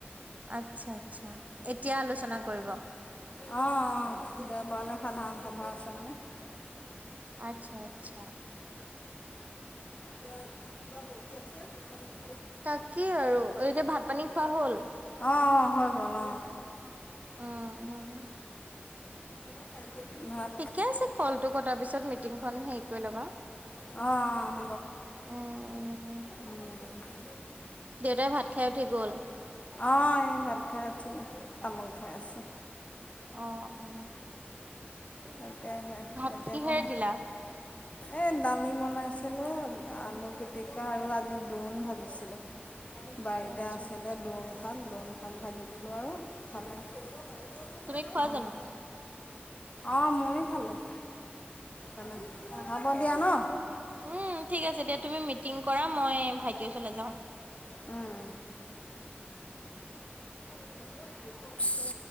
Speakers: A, on the right; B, on the left.
A: আচ্ছা-আচ্ছা, এতিয়া আলোচনা কৰিব?
B: অ', অ', দেওবাৰলৈ সাধাৰণ সভা আছে মানে।
A: আচ্ছা-আচ্ছা।
B: <unintelligible> ৰগী আছে প্ৰসাদত
A: তাকেই আৰু। এতিয়া ভাত পানী খোৱা হ'ল?
B: অ', অ', হল-হল অ'।
A: অ', অ'।
B: ত ভাল
A: ঠিকে আছে কলটো কটাৰ পিছত মিটিংখন হেৰি কৰি ল'বা।
B: অ', অ'।
A: উম-উম-উম।
B: উম।
A: দেউতাই ভাত খাই উঠি গ'ল?
B: অ', এই ভাত খাই উঠিলে, তামোল খাই আছে।
A: অ', অ'।
B: তকেহে,
A: ভাত
B: এতিয়া
A: কিহেৰে
B: আক
A: <inaudible>
B: এই দালি বনাইছিলোঁ, আলু পিটিকা আৰু আজি দ্ৰোণ ভাজিছিলোঁ। বাৰীতে
A: আচ্ছা,
B: আছিলে
A: আচ্ছা,
B: দ্ৰোণ শাক, দ্ৰোণ শাক ভাজি দিলোঁ আৰু। <unintelligible>
A: তুমি খোৱা
B: উম,
A: জানো?
B: অ', ময়ো খালোঁ। খানা
A: অ',
B: হ'ব
A: অ',
B: দিয়া ন?
A: উম, ঠিক আছে দিয়া তুমি মিটিং কৰা মই ভাইটিৰ ওচৰলৈ যাওঁ।
B: উম।
A: <inaudible>
B: ব ব প <unintelligible>